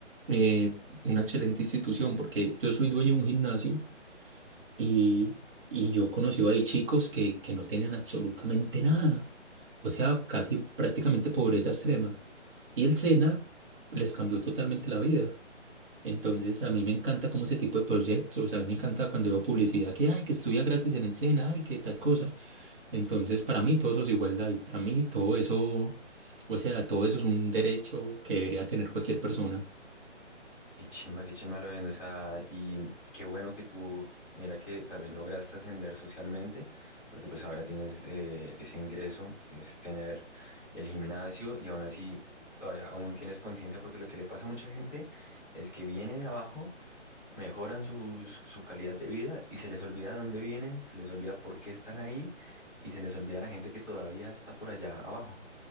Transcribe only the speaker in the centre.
Sí.
Qué chimba, qué chimba lo ven, o sea, y, y qué bueno que tú, mira que también lograste ascender socialmente, porque pues ahora tienes eh, ese ingreso, que es tener el gimnasio, y aún así, todavía aún tienes conciencia, porque lo que le pasa a mucha gente es que viene de abajo, mejoran su, su calidad de vida, y se les olvida de dónde vienen, se les olvida por qué están ahí, y se les olvida la gente que todavía está por allá abajo.